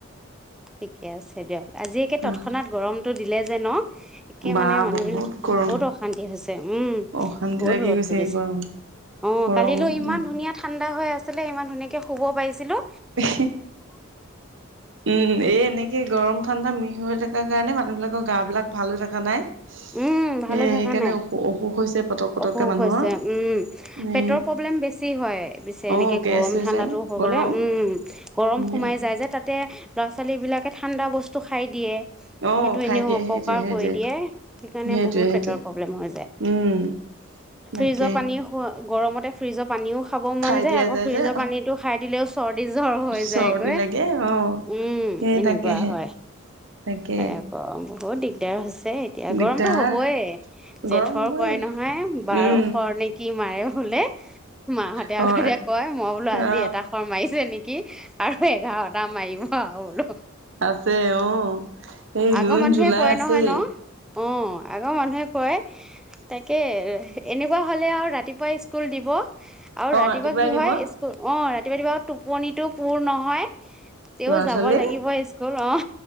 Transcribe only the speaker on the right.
অহ
বা
বহুত গৰম
অশান্তি
লাগি
গৈছে
এই গৰম
গৰমত
দিন
উ উম এই এনেকে গৰম ঠাণ্ডা া মিহ হৈ থকা কাৰণে মানুহ বিলাকৰ গা বিিলাক ভালো থকা নাই
এ
সেইকাৰণে
অসু অসুখ হৈছে পটক পটককে
মানুহৰ
এ
অ গেছ
হৈ
যায়
গৰম
এ
অ
খাই
দিয়ে
সেইটোৱে সেইটোৱে
সেইটোৱে
সেইটোৱে
উম তাকে
খাই
দিয়া
যে
চৰ্দি
লাগে অ
সেই
তাকেহে
তাকে
দিগদাৰ
গৰম হবই
উম
হয়
অ
আছে অ এই
জুন
জুলাই
আছে
অ
ৰাতিপুৱাই
দিব
ল'ৰা
ছোৱালী